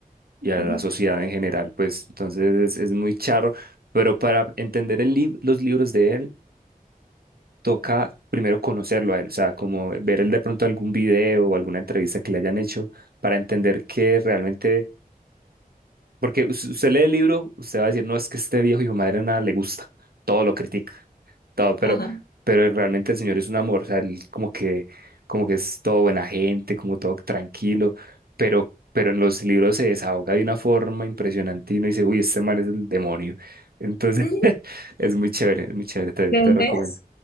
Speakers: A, on the right; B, on the left.
A: y a
B: Mm,
A: la sociedad en general, pues entonces es, es muy charro, pero para entender el lib- los libros de él, toca primero conocerlo a él, o sea, como ver él de pronto algún video o alguna entrevista que le hayan hecho para entender que realmente Porque us- usted lee el libro, usted va a decir, no, es que este viejo hijo de madre nada le gusta, todo lo critica, todo, pero,
B: Ajá.
A: pero realmente el Señor es un amor, o sea, él como que, como que es todo buena gente, como todo tranquilo, pero, pero en los libros se desahoga de una forma impresionante y uno dice, uy, este man es el demonio. Entonces,
B: Mm,
A: <laughs> es muy chévere, es muy chévere, te,
B: ¿De
A: te
B: dónde
A: recomiendo.
B: es?